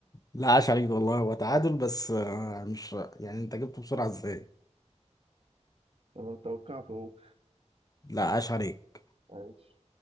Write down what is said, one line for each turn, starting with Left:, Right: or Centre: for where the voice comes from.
Left: لا عاش عليك والله هو تعادل بس آه، مش يعني انت جبته بسرعة ازاي
Right: أنا توقعته أهو
Left: لا عاش عليك
Right: ماشي.